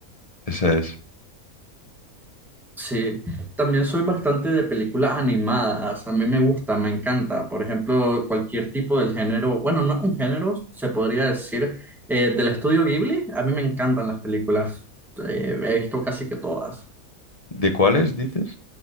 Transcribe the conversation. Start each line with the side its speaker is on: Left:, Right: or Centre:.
Left: esa es.
Centre: Sí, también soy bastante de películas animadas, a mí me gusta, me encanta, por ejemplo, cualquier tipo del género, bueno, no un género, se podría decir, eh, del estudio Ghibli, a mí me encantan las películas, Eh, he visto casi que todas,
Left: ¿De cuáles dices?